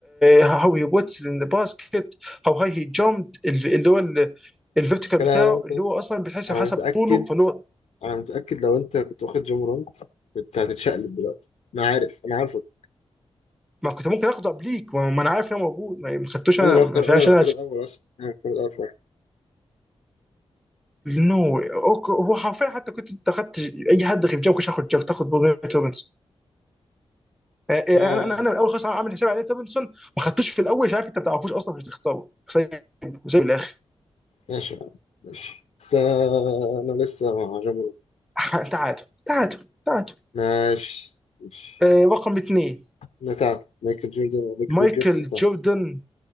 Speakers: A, in the centre; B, on the left.
A: هاو هي واتس ان ذا باسكت هاو هاي هي جامب اللي هو الفيرتيكال
B: لا
A: بتاعه
B: لا
A: اللي
B: لا
A: هو اصلا بتحسب
B: انا
A: حسب
B: متاكد
A: طوله فاللي هو
B: انا متاكد لو انت كنت واخد جامورانت كنت هتتشقلب دلوقتي انا عارف انا عارفك
A: ما كنت ممكن اخده قبليك ما ما انا عارف ان هو موجود ما ما خدتوش
B: انا
A: انا
B: اللي هختار
A: عشان
B: انا
A: عشان
B: اللي هختار الاول اصلا انا هختار الاول في واحد
A: نو هو حرفيا حتى كنت انت اخدت اي حد غير جامب كنت هاخد جامب تاخد بوجيت روبنز آه، آه،
B: آه
A: انا انا انا اول خالص عامل حساب على ديفيدسون ما خدتوش في الاول عشان عارف انت ما بتعرفوش اصلا مش هتختاره سايبه وسايبه للاخر
B: ماشي يا عم، ماشي بس آه، انا لسه مع جامورانت
A: ح- تعادل تعادل تعادل
B: ماشي ماشي
A: آه، رقم اثنين
B: بتاعتك مايكل جوردن وبيج بيج
A: مايكل
B: جريفن بتاعتك
A: جوردن